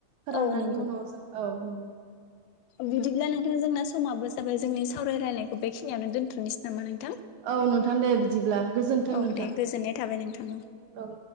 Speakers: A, on the right; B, on the left.
A: फोराननानै
B: औ नंगौ
A: उनाव जों औ नंगौ।
B: बिदिब्ला नोंथां जोंना समाबो जाबाय जोंनि सावरायलायनायखौ बेखिनियावनो दोन्थ'नोसै नामा नो
A: औ नोंथां दे बिदिब्ला गोजोनथों
B: औ
A: नोंथां
B: दे गोजोननाय थाबाय नोंथां
A: औ।